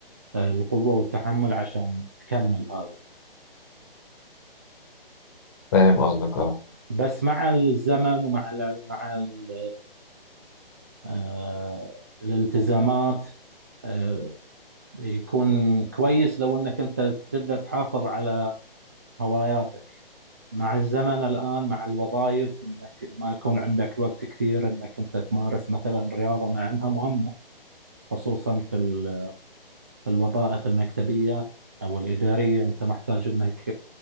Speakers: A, on the right; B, on the left.
A: القوة والتحمل عشان تكمل هذه
B: فاهم قصدك اه
A: بس مع الزمن ومع ال مع ال آه، الالتزامات آه، يكون كويس لو إنك أنت تبدأ تحافظ على هواياتك مع الزمن الآن مع الوظائف إنك ما يكون عندك وقت كثير إنك أنت تمارس مثلا رياضة مع إنها مهمة خصوصا في ال في الوظائف المكتبية أو الإدارية أنت محتاج أنك